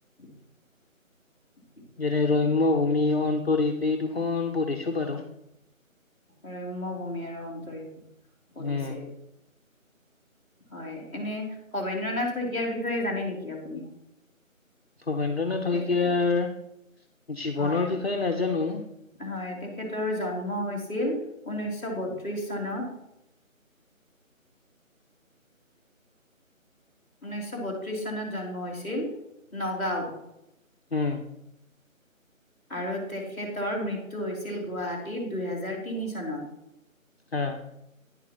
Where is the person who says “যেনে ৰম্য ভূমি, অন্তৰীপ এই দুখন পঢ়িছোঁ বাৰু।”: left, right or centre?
Left